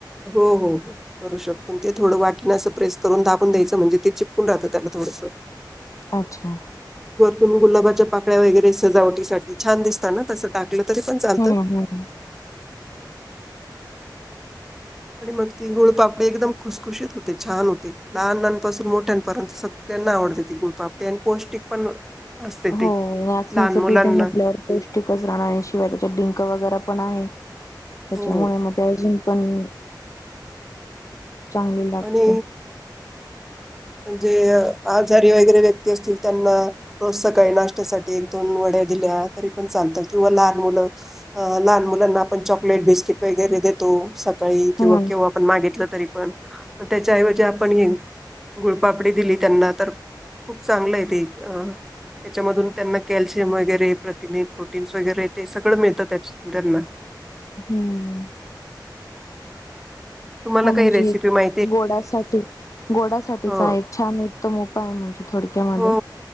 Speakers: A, in the centre; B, on the left (about 45°).
A: हो हो हो करू शकतो. ते थोडं वाटन असं प्रेस करून दाबून द्यायचं म्हणजे ते चिपकून राहतं त्याला थोडसं
B: अच्छा.
A: तुम्ही गुलाबाच्या पाकळ्या वगैरे सजावटीसाठी छान दिसताना तस का दिलं तरीपण चालतं.
B: हम्म हम्म.
A: आणि मग ती गुळपापडी एकदम खुसखुशीत होते, छान होते. लहाननांपासून मोठ्यांपर्यंत सगळे त्यांना आवडते, ती गुळपापडी पौष्टिक पण असते ते
B: हो नाचणीचं
A: लहान मुलांना
B: पीठ म्हटल्यावर पौष्टिकच राहणार, शिवाय डिंक वगैरेपण आहे, त्याच्यामुळे
A: हो
B: मग त्याऐवजी पण, चांगली लागते.
A: आणि म्हणजे आजारी वगैरे व्यक्ती असतील, त्यांना प्रोत्सक आहे. नाशत्यासाठी एक दोन वडे दिल्या तरीपण चालतं किंवा लहान मुलं, लहान मुलांना आपण चॉकलेट बिस्कीट वगैरे दे तो सकाळी किंवा
B: हम्म
A: किंवा आपण मागितलं तरीपण, मग त्याच्या ऐवजी आपण गुळपापडी दिली त्यांना, तर खूप चांगलं आहे ते. अ त्याच्यामधून त्यांना कॅल्शियम वगैरे प्रतिने, प्रोटीन्स वगैरे ते सगळं मिळतं. त्या त्यांना
B: हम्म.
A: तुम्हाला
B: हा म्हणजे
A: काही रेसिपी माहि
B: गोडासाठी गोडासाठीचा
A: हो
B: एक छान उत्तम उपाय म्हणजे थोडी क्यामध्ये.
A: हो